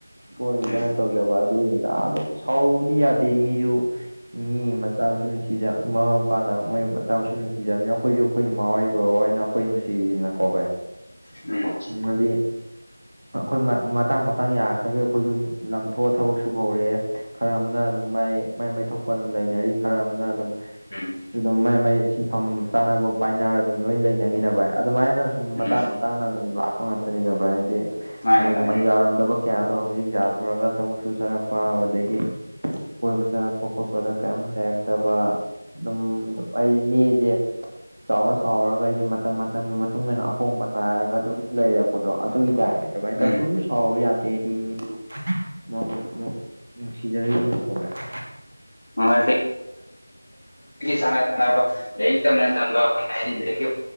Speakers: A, on the right; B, on the left.
A: ꯁꯣꯒꯤ
B: ꯎꯝ
A: ꯗ ꯇꯧꯖꯕ ꯑꯗꯨꯏꯅꯤꯗ ꯑꯗꯨ ꯁꯥꯎꯔꯨꯕꯗꯤ ꯌꯥꯗꯦ ꯃꯤꯁꯨ ꯃꯤ ꯃꯆꯥ ꯑꯃꯁꯁꯨ ꯅꯨꯡꯁꯤꯖ ꯑꯃ ꯏꯄꯥꯅ ꯃꯣꯏ ꯃꯇꯝꯁꯨ ꯅꯨꯡꯁꯤꯖꯕꯅꯤ ꯑꯩꯈꯣꯏꯁꯨ ꯑꯩꯈꯣꯏ ꯃꯥꯣꯏ ꯕꯅ ꯑꯩꯈꯣꯏ ꯅꯨꯡꯁꯤꯗꯅ ꯀꯣ ꯚꯥꯏ
B: ꯑꯝ
A: ꯎꯝ ꯑꯗꯨꯏ ꯑꯩꯈꯣꯏ ꯃꯇꯥꯡ ꯃꯇꯥꯡ ꯌꯥꯔꯛꯇꯕꯤ ꯑꯩꯈꯣꯏꯁꯨ ꯂꯝꯊꯣꯛꯑ ꯊꯕꯛ ꯁꯨꯕ ꯍꯧꯔꯦ ꯈꯔ ꯑꯃꯅ ꯑꯗꯨꯝ ꯃꯥꯏ ꯃꯥꯏ ꯃꯥꯏꯊ ꯊꯣꯛꯄ ꯑꯗꯨꯝ ꯂꯩꯅꯔꯤ ꯈꯔ ꯑꯃꯅ ꯑꯗꯨꯝ
B: ꯎꯝ
A: ꯨ ꯑꯗꯨꯝ ꯃꯩ ꯃꯩ ꯁꯤꯟꯐꯝ ꯆꯥꯐꯝ ꯄꯥꯏꯅꯔ ꯑꯗꯨꯝ ꯂꯣꯏ ꯂꯩꯅꯈꯤꯅꯕ ꯑꯗꯨꯃꯥꯏꯅ ꯁꯨꯝ ꯃꯇꯥꯡ
B: ꯎꯝ
A: ꯃꯇꯥꯡꯅ ꯑꯗꯨꯝ ꯂꯥꯛꯄ ꯉꯥꯛꯅꯤ ꯕꯕꯥ ꯍꯥꯏꯗꯤ
B: ꯃꯥꯅꯦ
A: ꯃꯣꯏꯁꯨ
B: ꯃꯥꯅꯦ
A: ꯃꯩ ꯌꯥꯔꯝꯗꯕ ꯀꯌꯥꯗꯣ ꯍꯧꯖꯤꯛ ꯊꯣꯔꯒ ꯊꯕꯛ ꯁꯨ ꯆꯔꯛꯄ ꯑꯗꯨꯗꯒꯤ ꯀꯣꯏꯕ ꯆꯪꯉꯛꯄ ꯈꯣꯠꯄꯗ ꯀꯩꯝ ꯂꯩꯔꯛꯇꯕ ꯑꯗꯨꯝ ꯑꯩ ꯃꯤꯁꯦ ꯆꯥꯎꯔ ꯆꯥꯎꯔꯒ ꯑꯩꯗꯤ ꯃꯇꯝ ꯃꯇꯝꯒꯤ ꯃꯇꯨꯡ ꯏꯟꯅ ꯑꯍꯣꯡꯕ ꯅꯥꯏꯔꯒ ꯑꯗꯨꯝ ꯂꯩꯔꯕ ꯑꯣꯗꯣ ꯑꯗꯨꯒꯤ ꯇꯥꯏꯔ ꯇꯧꯥꯏꯅ
B: ꯎꯝ
A: ꯀꯩꯁꯨ ꯁꯥꯎꯔꯨ ꯌꯥꯗꯦꯗꯤ ꯃꯤꯗꯨ ꯅꯨꯡ ꯁꯤꯗꯕꯤ ꯀꯔꯦ <inaudible>
B: ꯍꯣꯏ ꯁꯉꯅ <inaudible> ꯂꯥꯏꯔꯤꯛ ꯇꯝꯅ ꯇꯝꯕ ꯑꯩꯈꯣꯏꯅ ꯍꯥꯏꯔꯤꯗꯒꯤ